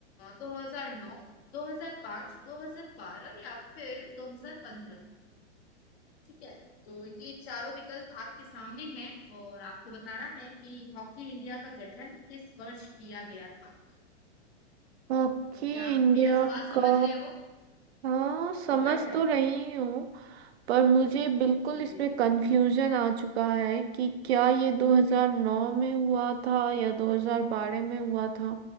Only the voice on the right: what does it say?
ओके
इंडिया
का
हाँ समझ
तो रही हूँ पर मुझे बिल्कुल इसमें
कंफ्यूजन आ चुका है कि क्या ये 2009 में हुआ था या 2012 में हुआ था